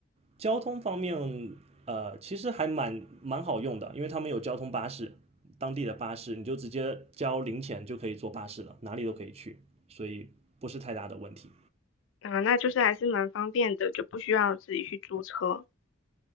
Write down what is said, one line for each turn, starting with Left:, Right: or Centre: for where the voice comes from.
Right: 交通方面，呃，其实还蛮蛮好用的，因为他们有交通巴士，当地的巴士，你就直接交零钱就可以坐巴士了，哪里都可以去，所以不是太大的问题。
Left: 啊、那就是还是蛮方便的，就不需要自己去租车。